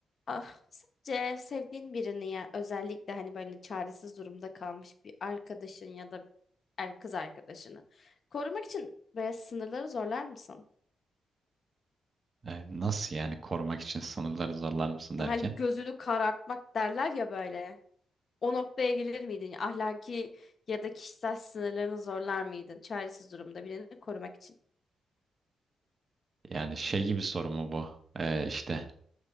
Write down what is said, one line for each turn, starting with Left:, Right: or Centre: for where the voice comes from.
Left: Ah, sadece sevdiğin birini yani özellikle hani böyle çaresiz durumda kalmış bir arkadaşın ya da er kız arkadaşını korumak için böyle sınırları zorlar mısın?
Right: E, nasıl yani korumak için sınırları zorlar mısın derken?
Left: Hani gözünü karartmak derler ya böyle. O noktaya gelir miydin? Ahlaki ya da kişisel sınırlarını zorlar mıydın? Çaresiz durumda birini korumak için.
Right: Yani şey gibi soru mu bu? E, işte